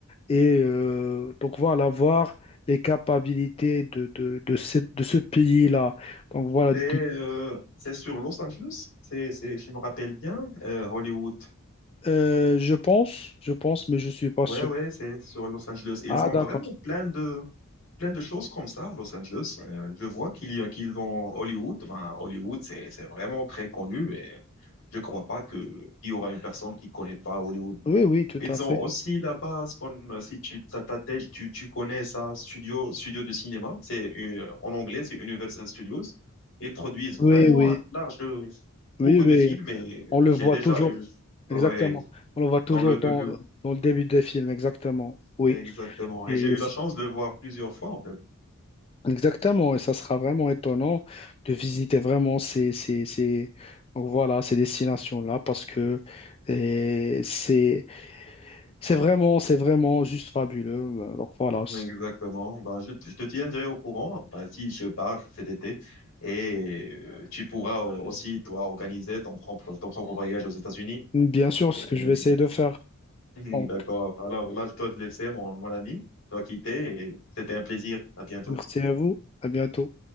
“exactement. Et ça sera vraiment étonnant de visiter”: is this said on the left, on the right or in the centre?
Left